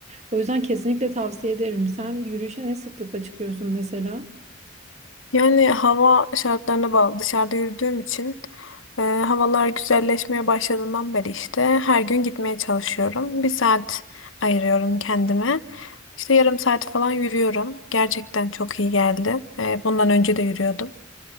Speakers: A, on the right (about 35°); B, on the left (about 65°).
A: O yüzden kesinlikle tavsiye ederim. Sen yürüyüşe ne sıklıkla çıkıyorsun mesela?
B: Yani hava şartlarına bağlı. Dışarıda yürüdüğüm için e, havalar güzelleşmeye başladığından beri işte her gün gitmeye çalışıyorum. Bir saat ayırıyorum kendime. İşte yarım saat falan yürüyorum. Gerçekten çok iyi geldi. E, bundan önce de yürüyordum.